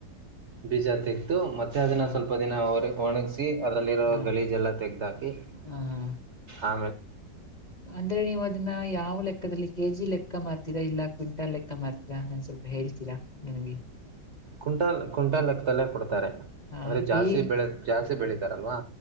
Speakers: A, on the right; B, on the left.
A: ಬೀಜ ತಗ್ತು ಮತ್ತೆ ಅದನ್ನ
B: ಹಾ
A: ಸ್ವಲ್ಪ ದಿನ ಒಣಗ ಅದಲ್ಲ
B: ಹಾ
A: ತಾಕಿ
B: ಹ ಹಾ
A: ಆ
B: ಅಂದ್ರೆ ನೀವು ಅದನ್ನ ಯಾವ ಲೆಕ್ಕ ಲೆಕ್ಕದಲ್ಲಿ ಕೆಜಿ ಲೆಕ್ಕ ಮ್ತೀರಾ ಇಲ್ಲ ಕ್ವಿಂಟಾಲ್ ಲೆಕ್ಕ ಮ್ತೀರಾ ನಾನನ್ ಸ್ವಲ್ಪ ಹೇಳ್ತೀರಾ ನನಗೆ
A: ಕುಂಟಾಲ್ ಕುಂಟಾಲ್ ಲೆಕ್ಕದಲ್ಲ ಕೊಡ್ತಾರೆ
B: ಹ
A: ಆದಂದ್ರರೆ ಜಾಸ್ತಿ
B: ಏ
A: ಬೆಳೆ ಜಾಸ್ತಿ ಬೆಳೀಿತಾರಲ್ವಾ